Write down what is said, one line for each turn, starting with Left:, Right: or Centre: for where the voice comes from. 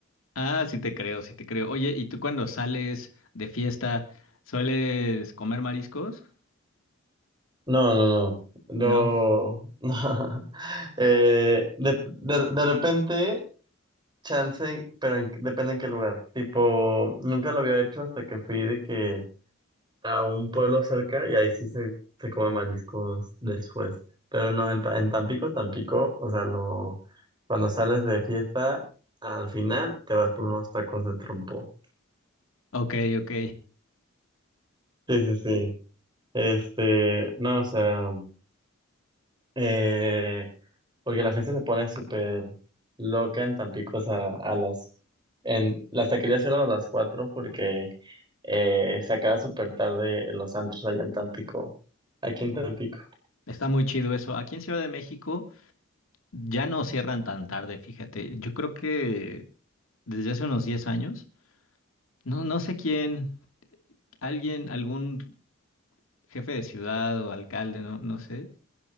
Left: Ah, sí te creo, sí te creo. Oye, ¿y tú cuando sales de fiesta sueles comer mariscos?
Right: No, no, no.
Left: No.
Right: No. <laughs> Eh, de, de, de repente, chance, pero en- depende en qué lugar. Tipo, nunca lo había hecho hasta que fui de que a un pueblo cerca y ahí sí se, se come mariscos después. Pero no, en, Ta- en Tampico, Tampico, o sea, lo, cuando sales de fiesta, al final te vas por unos tacos de trompo.
Left: Ok, ok.
Right: Sí, sí, sí. Este, no, o sea, eh, porque la fiesta se pone súper loca en Tampico, o sea, a las, en, las taquerías eran a las cuatro porque eh, se acaba súper tarde los antros allá en Tampico, aquí en Tampico.
Left: Está muy chido eso. Aquí en Ciudad de México ya no cierran tan tarde, fíjate. Yo creo que desde hace unos 10 años, no, no sé quién, alguien, algún jefe de ciudad o alcalde, no, no sé,